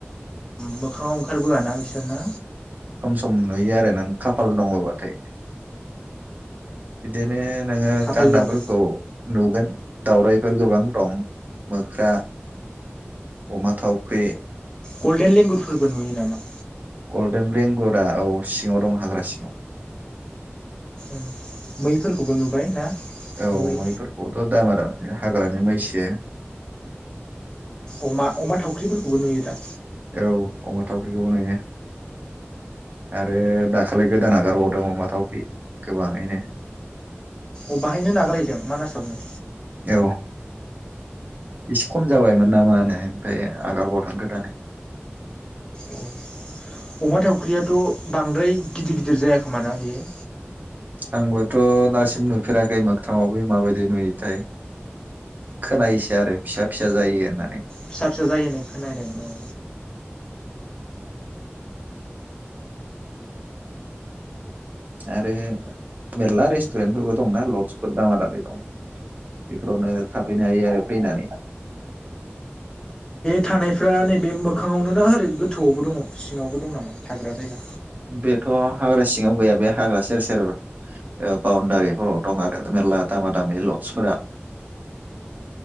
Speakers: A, on the left; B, on the right.
A: मोखाङाव ओंखारबोआ ना बिसोरना
B: खम नुयो आरो नों खाफाल दङबाथाय। बिदिनो नोङो
A: खाफालनिबो
B: गान्दाफोरखौ नुगोन। दावरायफोर गोबां दं मोख्रा अमा थावख्रि
A: गल्डेन लेंगुदफोरबो नुयो नामा?
B: गल्डेन लेंगुरा औ सिङाव दं हाग्रा सिङाव।
A: उम मैफोरखौबो नुबाय ना?
B: औ
A: मै
B: मैफोरखौथ' दामा दाम। ओ हाग्रानि मैसो।
A: अमा अमा थावख्रिफोरखौबो नुयो दा?
B: औ अमा थावख्रिखौबो नुयो। आरो दाख खालै गोदान हागारबावदों अमा थावख्रि गोबाङैनो‌।
A: अबाहायनो नागारहैदो मानासावनो
B: औ एसे खम जाबायमोन नामा होनो ओमफ्राय आगारबावदों गोदानै
A: अ' अमा थावख्रियाथ' बांद्राय गिदिर गिदिर जाय खोमा ना बियो।
B: आंबोथ' दासिम नुफेराखै मोखथाङावबो माबायदि नुयोथाय खोनायोसो आरो फिसा फिसा जायो होननानै।
A: फिसा फिसा जायो होननानै खोनादों औ।
B: आरो मेरला रेस्टुरेन्टफोरबो दंना लडसफोर दामा दामि दं बेफोरावनो थाफैनो हायो आरो फैनानै।
A: थानायफ्रा नैबे बे मोखाङावनो नाओरै गोथौआवबो दङ सिङावबो दं नामा थाग्रा जायगा।
B: बेथ' हाग्रा सिङाव गैया बे हाग्रा सेर सेर ओ बाउन्दारिफोराव दं आरो मेरला दामा दामि लदसफोरा।